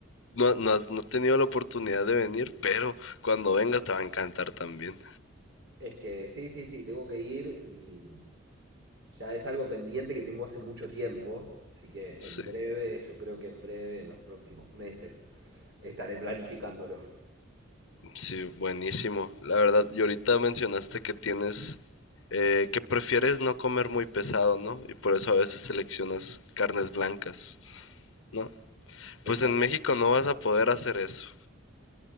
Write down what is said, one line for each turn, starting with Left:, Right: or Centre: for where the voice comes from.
Left: no, no has no has tenido la oportunidad de venir, pero cuando vengas te va a encantar también.
Right: Es que sí, sí, sí, tengo que ir y ya es algo pendiente que tengo hace mucho tiempo, así que
Left: Sí.
Right: en breve, yo creo que en breve, en los próximos meses, estaré planificándolo.
Left: Sí, buenísimo. La verdad, y ahorita mencionaste que tienes, eh, que prefieres no comer muy pesado, ¿no? Y por eso a veces seleccionas carnes blancas, ¿no?
Right: Exacto.
Left: Pues en México no vas a poder hacer eso.